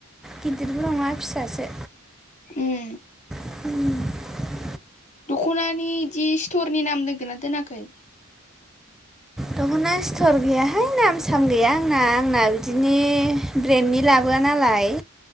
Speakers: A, in the centre; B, on the left.
A: <unintelligible> <unintelligible> नङा फिसासो
B: उम
A: उम
B: दख'नानि इदि स्थरनि नाम दोनगोना दोनाखै?
A: दख'ना स्थर गैयाहाय नाम साम गैया आंना आंना बिदिनि ब्रेन्डनि लाबोआ नालाय